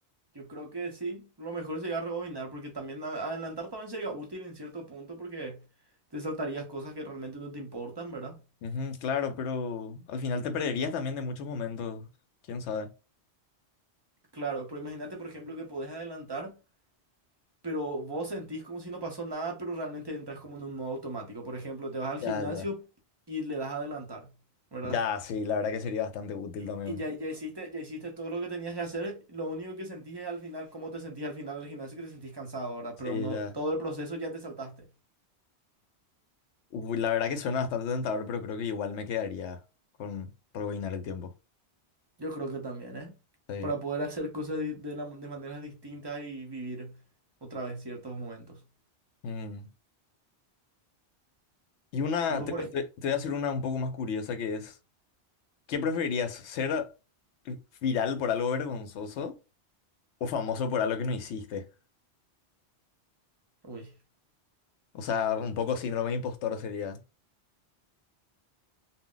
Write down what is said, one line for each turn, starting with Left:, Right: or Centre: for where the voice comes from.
Right: yo creo que sí, lo mejor sería rebobinar porque también a- adelantar también sería útil en cierto punto porque te saltarías cosas que realmente no te importan, ¿verdad?
Left: Ujú, claro, pero al final te perderías también de muchos momentos, quién sabe.
Right: Claro, pero imagínate por ejemplo que podés adelantar, pero vos sentís como si no pasó nada, pero realmente entras como en un modo automático. Por ejemplo, te vas al
Left: Ya,
Right: gimnasio
Left: ya.
Right: y le das a adelantar, ¿verdad?
Left: Ya, sí, la verdad que sería bastante útil
Right: Y,
Left: también.
Right: y ya, ya hiciste, ya hiciste todo lo que tenías que hacer, lo único que sentís es al final, cómo te sentís al final del gimnasio, que te sentís cansado, ¿verdad?
Left: Sí,
Right: Pero no,
Left: ya.
Right: todo el proceso ya te saltaste.
Left: Uy, la verdad que suena bastante tentador, pero creo que igual me quedaría con rebobinar el tiempo.
Right: Yo creo que también, ¿eh?
Left: Sí.
Right: Para poder hacer cosas di- de, la- de maneras distintas y vivir otra vez ciertos momentos.
Left: Mm. Y una,
Right: Y vos,
Left: te,
Right: por ejemplo,
Left: te- te voy a hacer una un poco más curiosa que es, ¿qué preferirías? ¿Ser viral por algo vergonzoso o famoso por algo que no hiciste?
Right: uy.
Left: O sea, un poco síndrome de impostor sería.